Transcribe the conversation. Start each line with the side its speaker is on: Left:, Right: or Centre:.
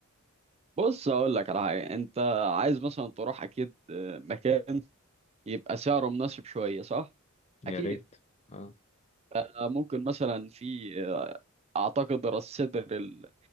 Right: بص اقول لك على حاجه انت عايز مثلا تروح اكيد آه، مكان يبقى سعره مناسب شويه صح؟
Left: يا
Right: اكيد
Left: ريت اه
Right: آه، ممكن مثلا في آه، اعتقد راس سدر ال-